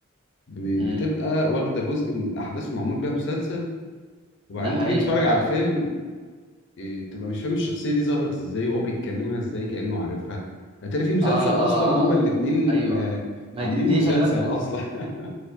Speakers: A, on the left (about 60°); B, on the right (about 25°).
A: ب-
B: مم.
A: بتبقى واخده جزء من الاحداث ومعمول بيها مسلسل وبعدين
B: ده حقيقي
A: تيجي تتفرج
B: فعلا
A: على الفيلم إيه، تبقى مش فاهم الشخصيه دي ظهرت ازاي وهو بيتكلمها ازاي كانه عارفها هتلاقي في مسلسل
B: اه اه
A: اصلا هما
B: اه
A: الاتنين
B: ايوه
A: آه،
B: ايوه ما
A: عاملين
B: دي, دي
A: مسلسل
B: خلي بالك من
A: اصلا <laughs>